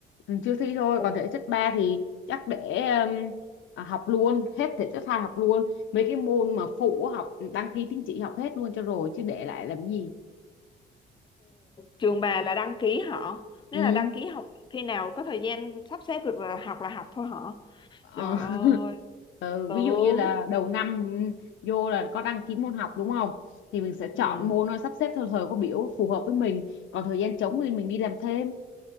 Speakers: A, on the left; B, on the left.
A: mình chưa thi thôi
B: Ồ
A: còn thể chất 3 thì chắc để um, à, học luôn hết thể chất hai học luôn mấy cái môn mà phụ á, học đăng ký tín chỉ học hết luôn cho rồi chứ để lại làm gì
B: trường bà là đăng ký họ Nếu
A: ừ
B: là đăng ký học khi nào có thời gian sắp xếp được là học là học thôi hả
A: ờ,
B: Trời
A: <laughs>
B: ơi,
A: ờ,
B: tướng.
A: ví dụ như là đầu năm ừ, vô là có đăng ký môn học đúng không thì mình sẽ
B: Ừ.
A: chọn môn nó sắp xếp theo thời khóa biểu phù hợp với mình còn thời gian trống thì mình đi làm thêm